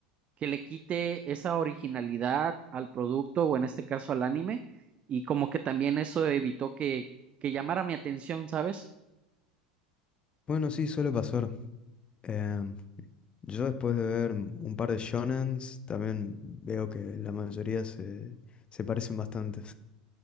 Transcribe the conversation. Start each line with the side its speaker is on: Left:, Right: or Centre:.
Right: que le quite esa originalidad al producto o en este caso al anime. Y como que también eso evitó que, que llamara mi atención, ¿sabes?
Left: Bueno, sí, suele pasar. Em, yo después de ver un par de shonens, también veo que la mayoría se, se parecen bastante.